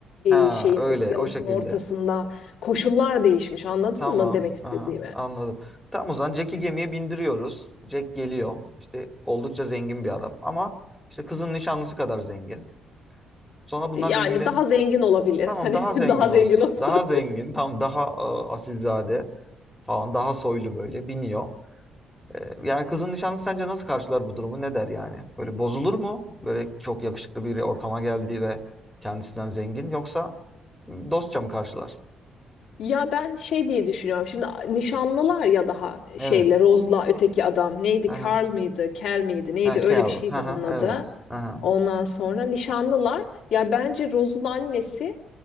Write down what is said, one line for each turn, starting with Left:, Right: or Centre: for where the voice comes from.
Centre: Ha
Left: e, şeyin
Centre: öyle
Left: okyanusun
Centre: o şekilde.
Left: ortasında koşullar değişmiş anladın
Centre: Tamam.
Left: mı demek istediğimi?
Centre: Aha, anladım. Tamam o zaman Jack'i gemiye bindiriyoruz. Jack geliyor. İşte oldukça zengin bir adam. Ama işte kızın nişanlısı kadar zengin. Sonra bunlar
Left: Yani
Centre: birbirlerinin
Left: daha zengin olabilir.
Centre: tamam
Left: Hani
Centre: daha zengin
Left: <laughs> daha
Centre: olsun.
Left: zengin olsun.
Centre: Daha zengin, tam daha e, asilzade falan daha soylu böyle biniyor. E, yani kızın nişanlısı sence nasıl karşılar bu durumu? Ne der yani? Böyle bozulur mu? Böyle çok yakışıklı bir ortama geldi ve kendisinden zengin yoksa dostça mı karşılar?
Left: Ya ben şey diye düşünüyorum. Şimdi nişanlılar ya daha
Centre: Evet.
Left: şeyle Rose'la öteki adam neydi?
Centre: Aha.
Left: Carl mıydı? Kel miydi? Neydi?
Centre: Ha, Kel.
Left: Öyle bir şeydi
Centre: Aha,
Left: onun adı.
Centre: evet. Aha.
Left: Ondan sonra nişanlılar. Ya bence Rose'un annesi